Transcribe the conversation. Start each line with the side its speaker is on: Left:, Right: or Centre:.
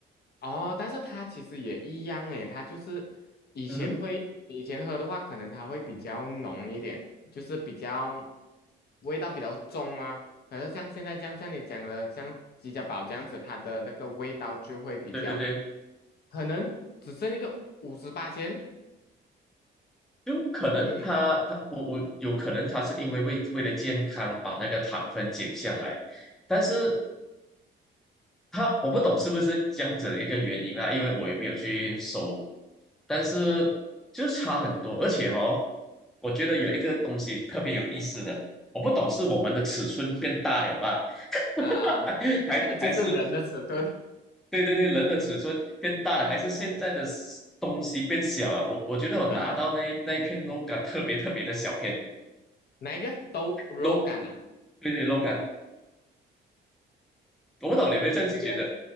Left: 哦，但是它其实也一样诶，它就是以前会以前喝的话，
Centre: 嗯哼。
Left: 可能它会比较浓一点，就是比较味道比较重啊。可是像现在这样，像你讲的，像吉家宝这样子，它的那个味道就会比较，
Centre: 对对对，
Left: 可能只剩一个五十八千，
Centre: 就可能他他我我有可能他是因为为为了健康把那个糖分减下来，
Left: 嗯，
Centre: 但是他我不懂是不是这样子的一个原因啊，因为我也没有去搜，但是就是差很多，而且哦，我觉得有一个东西特别有意思的，
Left: 是
Centre: 我不懂是我们的尺寸变大了啦，
Left: 啊啊，
Centre: <laughs> 还还是
Left: <laughs> 就是人的尺寸，
Centre: 对对对人的尺寸变大了，
Left: <laughs>
Centre: 还是现在的
Left: 嗯
Centre: 东西变小了，我我觉得我拿到那一那一片肉干特别特别的小片。
Left: 啊哈。哪一个都肉感啊？
Centre: l 对对 l o 感。我不懂你有没有这样子觉得？
Left: 这个